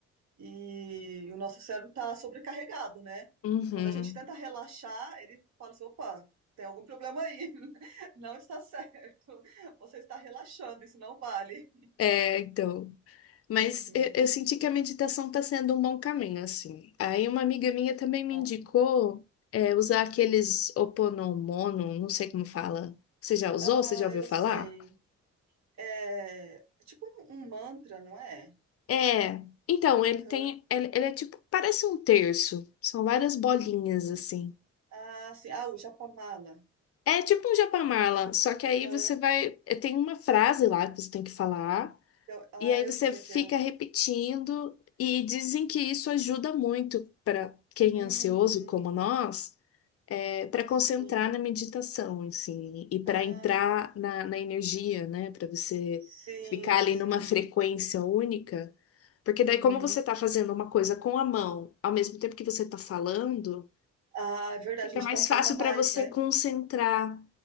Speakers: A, on the right; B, on the left.
A: E o nosso cérebro está sobrecarregado, né?
B: Uhum.
A: Quando a gente tenta relaxar, ele fala assim: opa, tem algum problema aí, <laughs> não está certo, você está relaxando, isso não vale.
B: É, então. Mas
A: Uhum,
B: eu, eu senti que a meditação está sendo um bom caminho, assim. Aí uma amiga minha também
A: que bom.
B: me indicou é, usar aqueles Oponomono, não sei como fala. Você já usou?
A: Ah,
B: Você já ouviu
A: eu
B: falar?
A: sei. É, é tipo um um mantra, não é?
B: É. Então, ele
A: Aham.
B: tem. Ele, ele é tipo. Parece um terço. São várias bolinhas, assim.
A: Ah, sim. Ah, o Japamala.
B: É tipo um Japamala, só que
A: Aham.
B: aí você vai. é, Tem uma frase lá que você tem que falar,
A: Eu- ah,
B: e aí
A: eu
B: você
A: sei
B: fica
A: que é o.
B: repetindo, e dizem que isso ajuda muito para quem
A: Uhum.
B: é ansioso, como nós para concentrar
A: Sim.
B: na meditação, assim, e para
A: Ah,
B: entrar na, na energia, né? Para você
A: sim,
B: ficar ali
A: sim.
B: numa frequência única. Porque daí,
A: Uhum.
B: como você está fazendo uma coisa com a mão, ao mesmo tempo que você está falando,
A: Ah, é verdade,
B: fica
A: a gente
B: mais
A: concentra
B: fácil
A: mais,
B: para você
A: né?
B: concentrar.